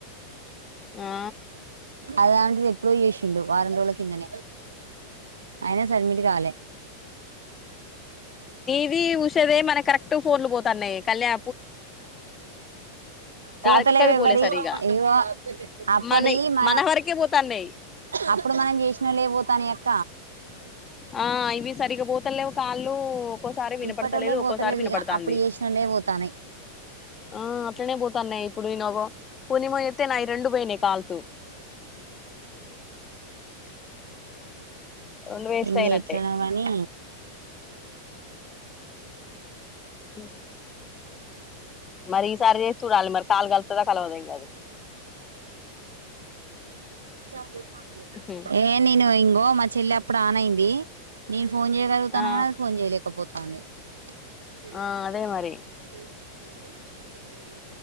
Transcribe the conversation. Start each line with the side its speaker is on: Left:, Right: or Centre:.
Left: ఆ
Right: అదాంటిది ఎప్పుడో చేసిండు వారం రోజుల కిందనే అయినా సడ్మిట్ కాలే
Left: ఇది ఊష దే మనకి కరెక్ట్ ఫోన్లు పోతన్నాయి కళ్యా
Right: పోతలేవ
Left: రాధికక్కది
Right: ఎవ్వరి
Left: పోలే సరిగా
Right: ఇగో అప్పడి
Left: మనయి
Right: మన
Left: వరకే పోతాన్నాయి
Right: అప్పుడు మనం చేసినోళ్ళవే పోతున్నాయి క్
Left: ఆ ఇవి సరిగా పో పోతలేవ్ కాల్లు ఒక్కోసారి వినపడతలేదు
Right: ఇప్పటోళ్ళే
Left: ఒక్కోసారి
Right: పోతలేదు
Left: వినపడతాంది
Right: ఇగ అప్పుడు చేసినోళ్ళే పోతానయి
Left: ఆ ఇట్నే పోతున్నాయి ఇప్పుడు ఇ నగో పూర్ణిమ ఎత్తే రెండు పోయినాయ్ కాల్సు రెండు వేస్ట్
Right: ఇంగ
Left: అయినట్టే
Right: ఎట్లనో గానీ
Left: ఎ మరి ఈసారి చేసి చూడాలి మరి కాలు కలుతుందా కలవదం కది
Right: చబ్బీస్
Left: అది
Right: ఏ నేను ఇంగ్ బో మా చెల్లి అప్పుడు ఆన్ అయింది నేను ఫోన్ చేయగలుగుతానా
Left: ఆ
Right: ఫోన్ చేలేేపో అనీ చెల్లి
Left: ఆ అదే మరి
Right: <unintelligible> గౌన్ వేయించుకుంటే తెల్లిలా